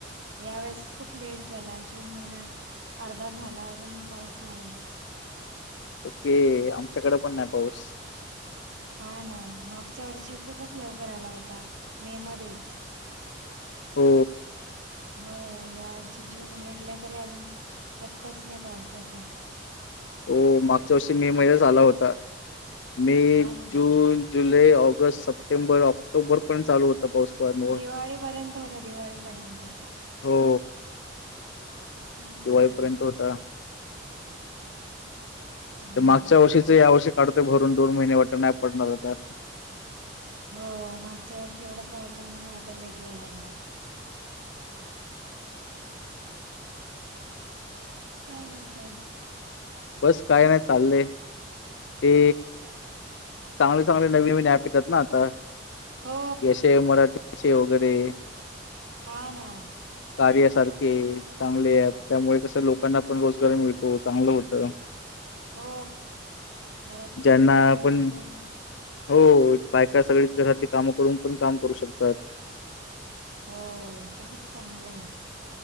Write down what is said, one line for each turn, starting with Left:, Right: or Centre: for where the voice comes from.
Right: या वेळेस खूप लेट झाला जून महिना अर्धा झाला अजून पाऊस नाही
Left: ओके आमच्याकडे पण नाही पाऊस
Right: हा ना मागच्या वर्षी खूपच लवकर आला होता मे मध्येच
Left: हो
Right: हो या वर्षी जून उलटला तरी अजून पत्ताच नाही पावसाचा
Left: हो मागच्या वर्षी मे महिन्या आला होता मे
Right: हा ना
Left: जून जुलै ऑगस्ट सप्टेंबर ऑक्टोबर पण चालू होता पाऊस प मु
Right: दिवाळीपर्यंत होता दिवाळीपर्यंत
Left: हो
Right: हम्म
Left: दिवाळीपर्यंत होता
Right: आणि
Left: मागच्या
Right: यावेळेस
Left: वर्षीचे
Right: अजून
Left: या वर्षी काढतोय भरून दोन महिने वाट नाही पडणार आता
Right: दिप रिकाम काय बोलच
Left: बस काय नाही चाललंय ते चांगले चांगले नवीन नवीनप येतात ना आता
Right: हो
Left: ये मराठी े वगैरे
Right: हा ना
Left: कार्यासारखे चांगले आहेत त्यामुळे कसं लोकांना पण रोजगार मिळत तो चांगलं होत
Right: हो घरातली
Left: ज्यांना
Right: सगळी कामं
Left: पण
Right: करून
Left: हो बायका सगळी घरातली कामं करून पण काम करू शकतात
Right: हो ते खूप चांगलं आहे